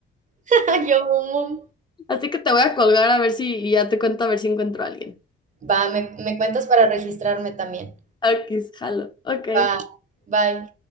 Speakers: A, on the right (about 40°); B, on the left (about 25°).
A: <laughs> Yo, boom, boom.
B: Así que te voy a colgar a ver si y ya te cuento a ver si encuentro a alguien.
A: Va, me, me cuentas para registrarme también.
B: Ok, jalo. Ok.
A: Va, bye.